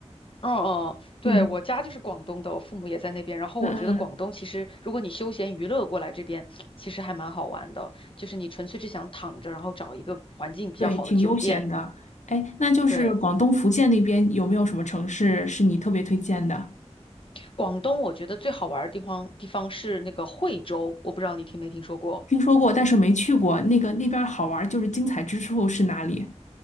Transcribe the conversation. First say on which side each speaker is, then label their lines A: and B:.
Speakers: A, on the left; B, on the left.
A: 哦哦，对，
B: <laughs> 嗯
A: 我家就是广东的，我父母也在那边。然后我觉得广东其实，
B: 嗯嗯，
A: 如果你休闲娱乐过来这边，其实还蛮好玩的。就是你纯粹是想躺着，然后找一个环境比较好的酒店。
B: 对，挺悠闲的。哎，那就是广东福建那边有没有什么城市是你特别推荐的？
A: 对，广东我觉得最好玩儿的地方地方是那个惠州，我不知道你听没听说过。
B: 听说过，但是没去过，那个那边儿好玩儿就是精彩之处是哪里？